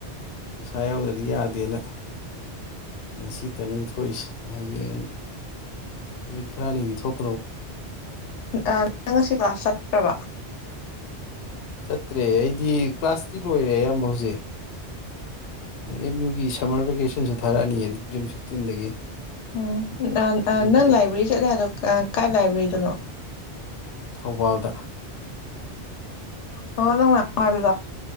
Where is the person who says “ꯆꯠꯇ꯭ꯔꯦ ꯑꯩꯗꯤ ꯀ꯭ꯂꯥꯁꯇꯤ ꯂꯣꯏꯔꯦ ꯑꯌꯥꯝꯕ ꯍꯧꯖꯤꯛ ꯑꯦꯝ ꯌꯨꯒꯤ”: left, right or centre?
Left